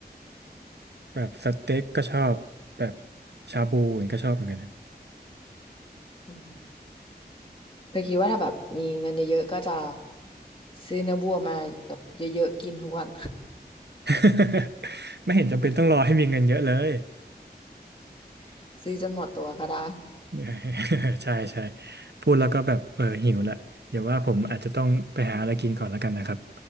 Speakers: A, on the right; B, on the left.
A: แบบสเต็กก็ชอบแบบชาบูอย่างนี้ก็ชอบเหมือนกันนะ
B: อืมเคยคิดว่าถ้าแบบมีเงินเยอะๆก็จะซื้อเนื้อวัวมาแบบเยอะๆกินทุกวัน
A: <laughs> ไม่เห็นจำเป็นต้องรอให้มีเงินเยอะเลย
B: <laughs> ซื้อจนหมดตัวก็ได้
A: <laughs> ใช่ใช่พูดแล้วก็แบบเออหิวละเดี๋ยวว่าผมอาจจะต้องไปหาอะไรกินก่อนแล้วกันนะครับ